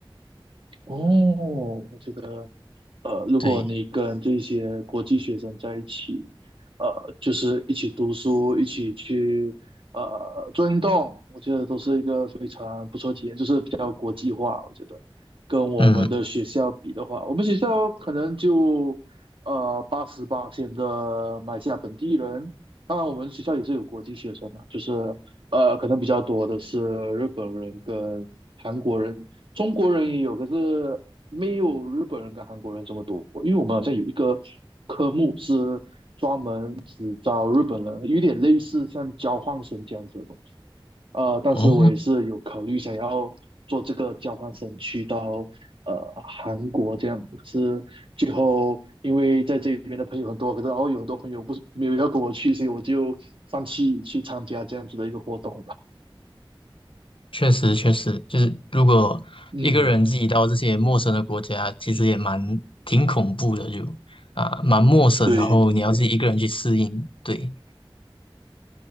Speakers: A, on the right; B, on the left.
A: 哦，我觉得。呃，如果你跟这些国际学生在一起，
B: 对，
A: 呃，就是一起读书，一起去呃做运动，我觉得都是一个非常不错的体验，就是比较国际化。我觉得跟我们的学校比的话，
B: 嗯，
A: 我们学校可能就呃八十八线的马来西亚本地人，当然我们学校也是有国际学生的，就是呃可能比较多的是日本人跟韩国人，中国人也有，可是没有日本人跟韩国人这么多。因为我们好像有一个科目是专门只招日本人，有点类似像交换生这样子的东西。呃，但是我也是有考虑想要做这个交换生去到呃韩国这样，
B: 哦，
A: 可是最后因为在这边的朋友很多，可是然后有很多朋友不是没有要跟我去，所以我就放弃去参加这样子的一个活动了。
B: 确实，确实，就是如果一个人自己到这些陌生的国家，
A: 嗯，
B: 其实也蛮挺恐怖的，就啊蛮陌生，
A: 对，
B: 然后你要自己一个人去适应。对，